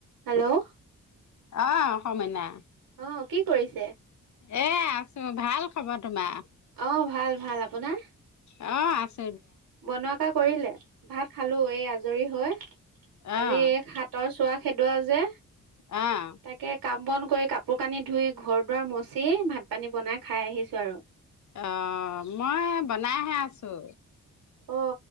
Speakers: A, on the right; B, on the left.
A: Hello
B: অৱ অসমাইনা।
A: অ কি কৰিছে?
B: এ আছো ভাল খবৰ তোমাৰ
A: অ ভাল ভাল আপোনাৰ।
B: অৱ আছ
A: বনোৱা কা কৰিলে ভাত খালো এই আজৰি হৈ আজি
B: অ',
A: হাতৰ চোৱা খেদোৱা যে
B: অ',
A: তাকে কাম বন কৰি। কাপোৰ কানি ধুই ঘৰ দুৱাৰ মচি ভাত পানী বনাই খাই আহিছো আৰু
B: আহ মই বনাইহে আছো।
A: অ